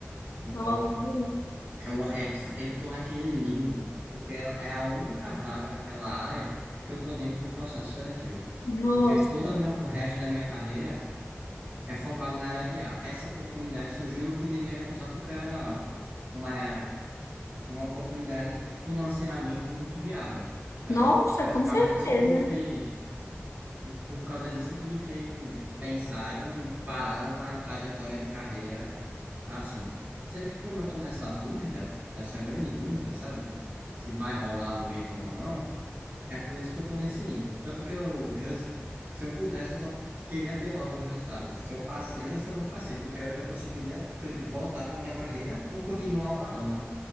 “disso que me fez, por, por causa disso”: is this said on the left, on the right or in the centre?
Right